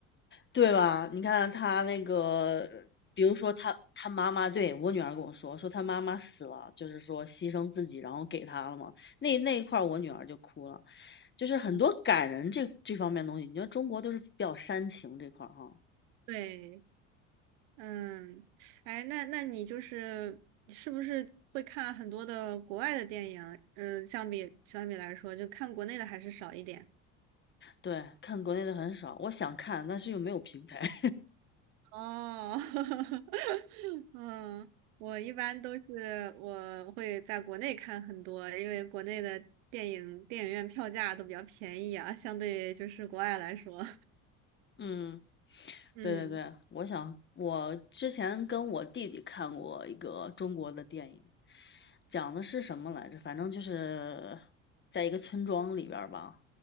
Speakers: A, on the left; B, on the right.
A: 对吧？你看他那个，比如说他他妈妈，对，我女儿跟我说，说他妈妈死了，就是说牺牲自己，然后给他了嘛。那那一块儿我女儿就哭了，就是很多感人这这方面的东西。
B: <laughs>
A: 你说中国都是比较煽情这块儿哈，
B: 对。嗯，哎，那那你就是是不是会看很多的国外的电影？嗯，相比相比来说，就看国内的还是少一点。
A: 对，看国内的很少，我想看，但是又没有平台。
B: 哦，<laughs> 嗯，我一般都是我会在国内看很多，因为国内的电影电影院票价都比较便宜啊，相对就是国外来说，
A: 嗯，
B: <laughs> 嗯
A: 对对对，我想我之前跟我弟弟看过一个中国的电影，讲的是什么来着？反正就是在一个村庄里边儿吧，